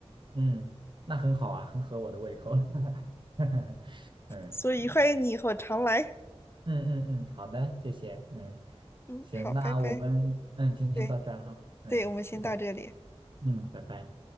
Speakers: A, on the right (about 45°); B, on the left (about 20°).
A: 嗯，那很好啊，很合我的胃口，<laughs> 嗯，
B: 所以欢迎你以后常来。
A: 是的。嗯嗯嗯，好的，谢谢，嗯，
B: 嗯，
A: 行，
B: 好，
A: 那我们嗯今天到这儿哈，
B: 拜拜。对
A: 嗯，
B: 对，我们先到这里。
A: 好的，嗯，拜拜。